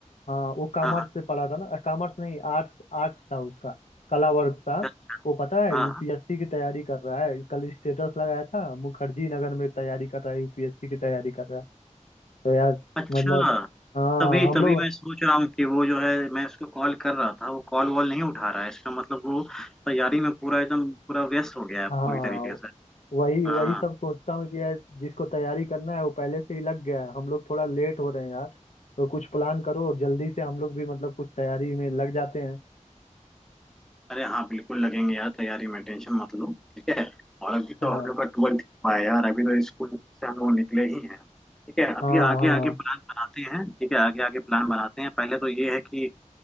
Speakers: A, on the left; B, in the centre.
A: हाँ वो कॉमर्स
B: हाँ हाँ
A: से पढ़ा था ना कॉमर्स नहीं आर्ट्स आर्ट्स था उसका कला वर्ग था
B: अच्छा
A: वो पता है
B: हाँ
A: यूपीएससी
B: हाँ।
A: की तैयारी कर रहा है कल स्टेटस लगाया था मुखर्जी नगर में तैयारी कर रहा है यूपीएससी की तैयारी कर रहा है तो यार
B: अच्छा
A: मतलब हाँ
B: तभी
A: हम
B: तभी
A: लोग
B: मैं सोच रहा हूँ कि वो जो है मैं उसको कॉल कर रहा था वो कॉल वॉल नहीं उठा रहा है इसका मतलब वो तैयारी में पूरा एकदम पूरा व्यस्त हो गया है पूरी
A: हाँ
B: तरीके से
A: वही वही
B: हाँ
A: सब सोचता हूँ कि यार जिसको तैयारी करना है वो पहले से ही लग गया है हम लोग थोड़ा लेट हो रहे हैं यार तो कुछ प्लान करो जल्दी से हम लोग भी मतलब कुछ तैयारी में लग जाते हैं
B: अरे हाँ बिल्कुल लगेंगे यार तैयारी में टेंशन मत लो ठीक है और अभी तो
A: हाँ
B: हम लोग का ट्वेल्थ हुआ है यार अभी तो स्कूल से हम लोग निकले ही हैं ठीक है अभी
A: हाँ
B: आगे आगे प्लान बनाते हैं ठीक है आगे आगे प्लान बनाते हैं पहले तो ये है कि